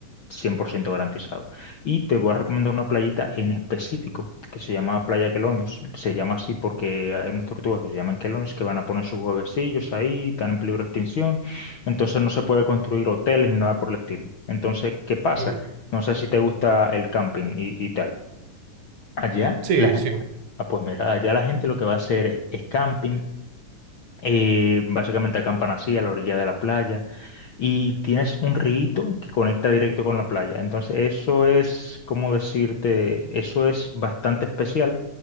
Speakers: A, on the left; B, on the right.
A: 100% garantizado. Y te voy a recomendar una playita en específico que se llama Playa Quelonios. Se llama así porque hay unas tortugas que se llaman Quelonios que van a poner sus huevecillos ahí, están en peligro de extinción. Entonces no se puede construir hoteles ni nada por el estilo. Entonces, ¿qué pasa?
B: mm,
A: No sé si te gusta el camping y, y tal. Allá,
B: Sí,
A: la, gen-
B: sí.
A: ah, pues mira, allá la gente lo que va a hacer es, es camping. eh, básicamente acampan así a la orilla de la playa y tienes un rito que conecta directo con la playa. Entonces, eso es, ¿cómo decirte? Eso es bastante especial,